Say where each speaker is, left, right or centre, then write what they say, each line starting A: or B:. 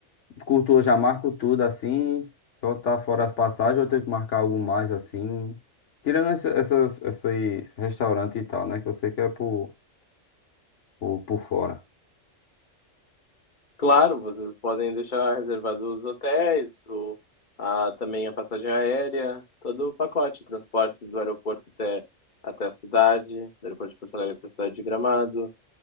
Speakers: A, on the left; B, on the left.
A: curto, eu já marco tudo assim, só tá fora as passagens, ou eu tenho que marcar algo mais assim, tirando essa- essas, esses restaurantes e tal, né, que você quer por, por, por fora.
B: Claro, vocês podem deixar reservados os hotéis, o... a... também a passagem aérea, todo o pacote, transporte do aeroporto até até a cidade, do aeroporto de Porto Alegre até a cidade de Gramado,